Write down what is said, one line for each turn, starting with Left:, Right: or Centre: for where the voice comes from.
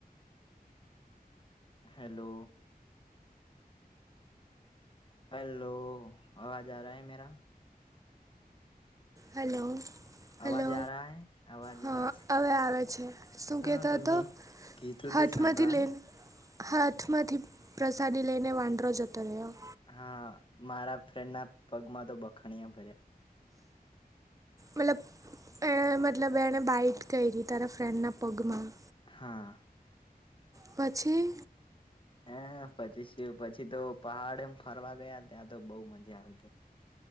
Left: હેલો. હેલો, અવાજ <unintelligible>
Right: હલો હેલો,
Left: અવાજ આ રહા હૈ અવાજ
Right: હા
Left: અવાજ
Right: અવે આવે છે, શું
Left: હા
Right: કહેતો
Left: તમે
Right: હતો?
Left: કીધું
Right: હાથમાંથી
Left: તે સાંભળાનું?
Right: લઈને હાથમાંથી પ્રસાદી લઈને વાંદરો જતો રહ્યો.
Left: હા, મારા ફ્રેન્ડ ના પગમાં તો બખાણયા ભર્યા.
Right: મતલબ એ મતલબ એણે બાઈટ કૈરી તારા ફ્રેન્ડના પગમાં
Left: હા.
Right: પછી
Left: એન પછી સુ પછી તો પહાડ એમ ફરવા ગયા, ત્યાં તો બહુ મજા આવી.